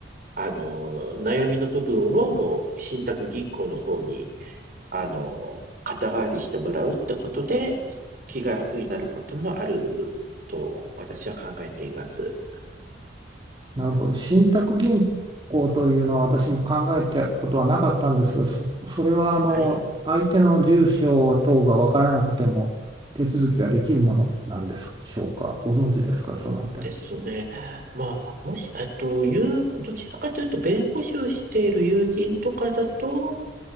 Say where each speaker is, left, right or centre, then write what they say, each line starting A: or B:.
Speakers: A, on the right; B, on the right.
A: あの、悩みの部分をもう信託銀行の方にあの、肩代わりしてもらうってことで、気が楽になることもあると私は考えています。
B: なるほど。信託銀行というのは私も考えたことはなかったんですが、そ、それはあの相手の住所等が分からなくても手続きができるものなんでしょうか。
A: はい。
B: ご存知ですか、そのあたり。
A: そうですね。まあ、もし、えっと、友どちらかというと、弁護士をしている友人とかだと、